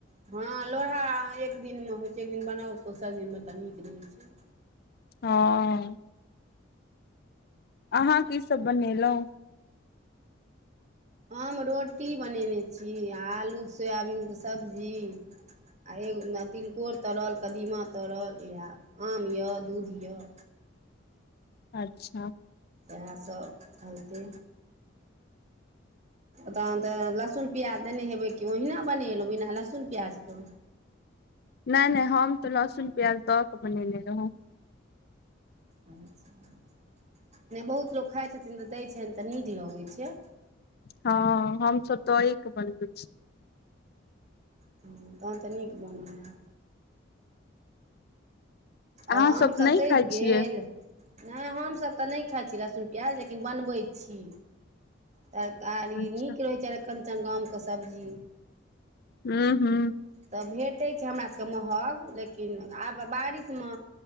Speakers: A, on the right; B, on the left.
A: हँ लोरहा एक दिनमे होइ छै एक दिन बनाउ दोसर दिनमे तऽ नीक रहैत छै
B: हँ अहाँ क सब बनेलहुँं
A: हम रोटी बनेयने छी आलू सोयाबीनके सब्जी आओर एगो तिलकोर तरल कदीमा तरल या आम यऽ दूध यऽ
B: अच्छा
A: इएहस होलते तहन तऽ लहसुन प्याज देने हेबै कि ओहिना बनेलहुँ बिना लहसुन प्याजके
B: नहि नहि हम तऽ लहसुन प्याज दऽ क बनेने रहौं
A: <inaudible> नहि बहुत लोक खाइत छथिन तऽ दैत छैन तऽ नीक लगैत छै
B: हँ हमसभ दएके बनबै छी
A: हँ, तहन तऽ नीक बनल हइ
B: अहाँ
A: आओर आमसभ
B: सब नहि
A: सधि
B: खाइ
A: गेल
B: छियै
A: नहि हमसभ तऽ नहि खाइ छी लहसुन प्याज लेकिन बनबै छी तरकार ई
B: अच्छा
A: नीक रहै छै एरञ्चन गामके सब्जी
B: हू हू
A: तऽ भेटैत छै हमरा सभभके महग लेकिन आब बारिशमे